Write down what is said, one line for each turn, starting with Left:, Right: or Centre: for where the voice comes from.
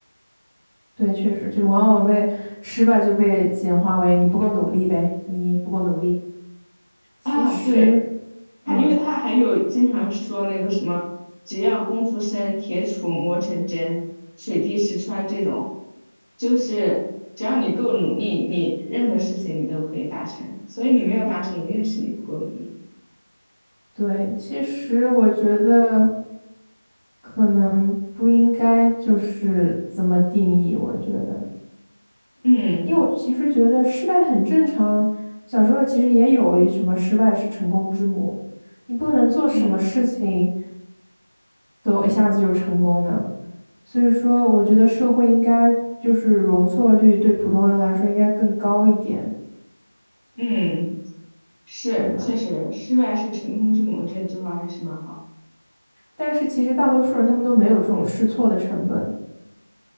Centre: 对，确实就是往往被失败就被简化为你不够努力呗，你不够努力。其实，
Left: 啊，对，
Centre: 嗯，
Left: 他因为他还有经常说那个什么，只要功夫深，铁杵磨成针，水滴石穿这种，就是只要你够努力，你任何事情你都可以达成。所以你没有达成，一定是你不够努力。
Centre: 对，其实我觉得可能不应该就是怎么定义。我觉得，
Left: 嗯
Centre: 因为我其实觉得失败很正常，小时候其实也有什么失败是成功之母，你不可能做什么事情。
Left: 嗯
Centre: 都一下子就成功的。所以说，我觉得社会应该就是容错率对普通人来说应该更高一点，
Left: 嗯，是，
Centre: 对吧？
Left: 确实，失败是成功之母这句话还是蛮好的。
Centre: 但是其实大多数人他们都没有这种试错的成本。